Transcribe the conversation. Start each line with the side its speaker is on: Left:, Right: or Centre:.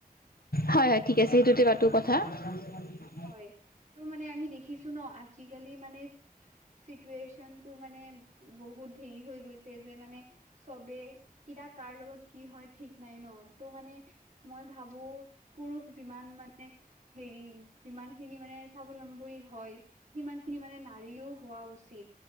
Left: হয় হয় ঠিক আছে, সেইটোতে পাতো কথা। <unintelligible>
Right: হয়, ত' মানে আমি দেখিছো ন আজিকালি মানে- চিটুৱেশ্যনটো মানে বহুত ধেৰি হৈ গৈছে যে মানে- চবে কিতিয়া কাৰ লগত কি হয় ঠিক নাই ন, ত মানে- মই ভাবো পুৰুষ যিমান মানে হেৰি- যিমান খিনি মানে স্বাৱলম্বী হয়, সিমান খিনি মানে নাৰীও হোৱা উচিত।